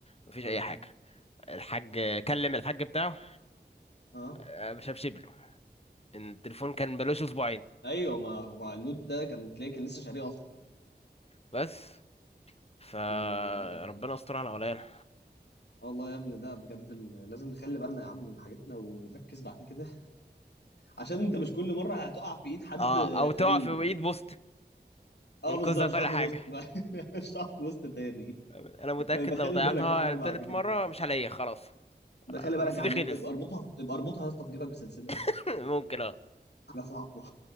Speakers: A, on the left (about 35°); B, on the left (about 75°).
A: مفيش
B: آه.
A: اي حاجه الحاج كلم الحاج بتاعه
B: اه
A: آه، ما شافش له إن التليفون كان بلوش اسبوعين
B: ايوه ما هو النوت ده كان تلاقيه كان لسه شاريه اصلا
A: بس فربنا
B: دين امي يا جدعان
A: استر على ولايانا
B: آه والله يا ابني ده بجد ال- لازم نخلي بالنا يا عم من حاجتنا ونركز بعد كده عشان انت مش كل مره هتقع في ايد حد
A: اه او تقع
B: امين
A: في ايد بوست
B: اه
A: ينقذها
B: بالظبط مش
A: كل
B: هتقع
A: حاجه
B: في بوست <laughs> مش هتقع في بوست تاني
A: انا متاكد
B: بخلي
A: لو ضيعتها
B: بالك يا حاج بعد
A: تالت
B: كده
A: مره مش هلاقيها خلاص
B: بخلي
A: آه،
B: بالك
A: رصيدي
B: يا حاج
A: خلص
B: ابقى اربطها ابقى اربطها يا اسطى في جيبك بسلسله يا اسطى
A: <laughs> ممكن اه
B: حاجه صعبه